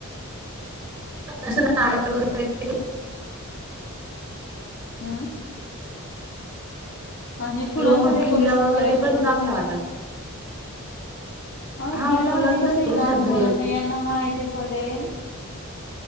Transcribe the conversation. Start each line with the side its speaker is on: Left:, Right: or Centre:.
Centre: असं <unintelligible> वगैरे <unintelligible>
Left: हम्म.. आणि फुलांचं
Centre: किंवा मग
Left: डेकोरेशन
Centre: किल्ला वगैरे
Left: करायचं
Centre: पण
Left: का
Centre: चांगला
Left: कसलं.
Centre: वाटल
Left: अ
Centre: हा
Left: किल्ला
Centre: फुलांचच
Left: म्हणजे कसं हे
Centre: करू
Left: लहान
Centre: सध्या
Left: मुलांना
Centre: ते
Left: यांना माहिती पडेल.